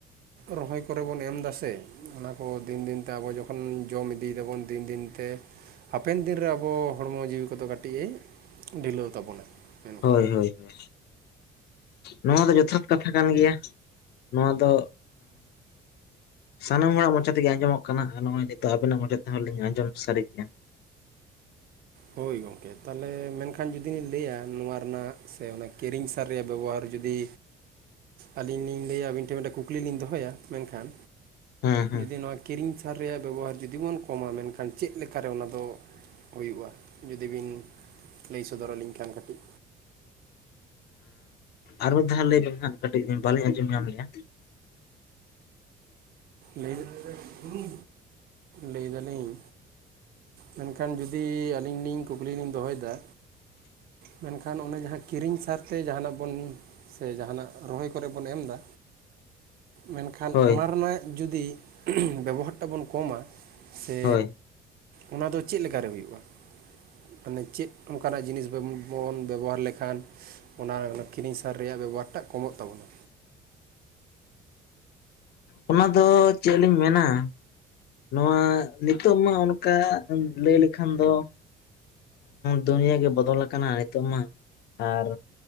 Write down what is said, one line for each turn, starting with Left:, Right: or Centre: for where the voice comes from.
Right: ᱨᱚᱦᱚᱭ ᱠᱚᱨᱮ ᱵᱚᱱ ᱮᱢ ᱫᱟᱥᱮ ᱚᱱᱟ ᱠᱚ ᱫᱤᱱ ᱫᱤᱱᱛᱮ ᱟᱵᱚ ᱡᱚᱠᱷᱚᱱ ᱡᱚᱢ ᱤᱫᱤᱭ ᱫᱟᱵᱚᱱ ᱫᱤᱱ ᱫᱤᱱᱛᱮ ᱦᱟᱯᱮᱱ ᱫᱤᱱ ᱨᱮ ᱟᱵᱚ ᱦᱚᱲᱢᱚ ᱡᱤᱣᱤ ᱠᱚᱫᱚ ᱠᱟᱹᱴᱤᱡ ᱮ ᱰᱷᱤᱞᱟᱹᱣ ᱛᱟᱵᱚᱱᱟ ᱢᱮᱱᱠᱷᱟᱱ
Left: ᱦᱳᱭ ᱦᱳᱭ ᱦᱳᱭ ᱱᱚᱣᱟ ᱫᱚ ᱡᱚᱛᱷᱟᱛ ᱠᱟᱛᱷᱟ ᱠᱟᱱ ᱜᱮᱭᱟ ᱱᱚᱣᱟ ᱫᱚ ᱥᱟᱱᱟᱢ ᱦᱚᱲᱟᱜ ᱢᱪᱷᱟ ᱛᱮᱜᱮ ᱟᱸᱡᱚᱢᱚᱜ ᱠᱟᱱᱟ ᱟᱨ ᱱᱚᱜᱼᱚᱭ ᱱᱤᱛᱚᱜ ᱟᱵᱮᱱᱟᱜ ᱢᱪᱷᱟ ᱛᱮᱦᱚᱸ ᱞᱤᱧ ᱟᱸᱡᱚᱢ ᱥᱟᱹᱨᱤ ᱠᱮᱜᱼᱟ
Right: ᱦᱳᱭ ᱜᱚᱢᱠᱮ ᱛᱟᱦᱚᱞᱮ ᱢᱮᱱᱠᱷᱟᱱ ᱡᱩᱫᱤᱧ ᱞᱟᱹᱭᱟ ᱱᱚᱣᱟ ᱨᱮᱱᱟᱜ ᱥᱮ ᱚᱱᱟ ᱠᱤᱨᱤᱧ ᱥᱟᱨ ᱨᱮᱭᱟᱜ ᱵᱮᱵᱚᱦᱟᱨ ᱡᱩᱫᱤ ᱟᱹᱞᱤᱧ ᱞᱤᱧ ᱞᱟᱹᱭᱟ ᱟᱹᱵᱤᱱ ᱴᱷᱮᱱ ᱢᱤᱫᱴᱮᱱ ᱠᱩᱠᱞᱤ ᱞᱤᱧ ᱫᱚᱦᱚᱭᱟ ᱢᱮᱱᱠᱷᱟᱱ
Left: ᱦᱮᱸ ᱦᱮᱸ
Right: ᱡᱩᱫᱤ ᱱᱚᱣᱟ ᱠᱤᱨᱤᱧ ᱥᱟᱨ ᱨᱮᱭᱟᱜ ᱵᱮᱵᱚᱦᱟᱨ ᱡᱩᱫᱤ ᱵᱚᱱ ᱠᱚᱢᱟ ᱢᱮᱱᱠᱷᱟᱱ ᱪᱮᱫᱠᱟᱨᱮ ᱚᱱᱟ ᱫᱚ ᱦᱩᱭᱩᱜᱼᱟ? ᱡᱩᱫᱤ ᱵᱤᱱ ᱞᱟᱹᱭ ᱥᱚᱫᱚᱨ ᱟᱹᱞᱤᱧ ᱠᱷᱟᱱ ᱠᱟᱹᱴᱤᱡ
Left: ᱟᱨ ᱢᱤᱫ ᱫᱷᱟᱣ ᱞᱟᱹᱭ ᱵᱮᱱ ᱦᱟᱸᱜ ᱠᱟᱹᱴᱤᱡ ᱵᱟᱹᱞᱤᱧ ᱟᱸᱡᱚᱢ ᱧᱟᱢ ᱞᱮᱼᱟ
Right: ᱞᱟᱹᱭ ᱞᱟᱹᱭ ᱫᱟᱞᱤᱧ ᱢᱮᱱᱠᱷᱟᱱ ᱡᱩᱫᱤ ᱟᱹᱞᱤᱧ ᱞᱤᱧ ᱠᱩᱠᱞᱤ ᱞᱤᱧ ᱫᱚᱦᱚᱭᱮᱫᱟ ᱢᱮᱱᱠᱷᱟᱱ ᱚᱱᱮ ᱡᱟᱦᱟᱸ ᱠᱤᱨᱤᱧ ᱥᱟᱨᱛᱮ ᱡᱟᱦᱟᱱᱟᱜ ᱵᱚᱱ ᱥᱮ ᱡᱟᱦᱟᱱᱟᱜ ᱨᱚᱦᱚᱭ ᱠᱚᱨᱮᱜ ᱵᱚᱱ ᱮᱢᱫᱟ ᱢᱮᱱᱠᱷᱟᱱ
Left: ᱦᱳᱭ
Right: ᱚᱱᱟ ᱨᱮᱱᱟᱜ ᱡᱩᱫᱤ ᱵᱮᱵᱚᱦᱟᱨ ᱴᱟᱜ ᱵᱚᱱ ᱠᱚᱢᱟ ᱥᱮᱼᱼ
Left: ᱦᱳᱭ
Right: ᱚᱱᱟ ᱫᱚ ᱪᱮᱫ ᱞᱠᱟᱨᱮ ᱦᱩᱭᱩᱜᱼᱟ᱾ ᱢᱟᱱᱮ ᱪᱮᱫ ᱚᱱᱠᱟᱱᱟᱜ ᱡᱤᱱᱤᱥ ᱵᱟᱵᱚᱱ ᱵᱮᱵᱚᱦᱟᱨ ᱞᱮᱠᱷᱟᱱᱼᱼ ᱚᱱᱟ ᱠᱤᱨᱤᱧ ᱥᱟᱨ ᱨᱮᱭᱟᱜ ᱵᱮᱵᱚᱦᱟᱨ ᱴᱟᱜ ᱠᱚᱢᱚᱜ ᱛᱟᱵᱚᱱᱟ᱾
Left: ᱚᱱᱟ ᱫᱚ ᱪᱮᱫ ᱞᱤᱧ ᱢᱮᱱᱟ, ᱱᱚᱣᱟ ᱱᱤᱛᱚᱜ ᱢᱟ ᱚᱱᱠᱟ ᱞᱟᱹᱭ ᱞᱮᱠᱷᱟᱱ ᱫᱚᱼᱼ ᱫᱩᱱᱤᱭᱟ ᱜᱮ ᱵᱚᱫᱚᱞ ᱟᱠᱟᱱᱟ ᱱᱤᱛᱚᱜ ᱢᱟ ᱟᱨᱼᱼ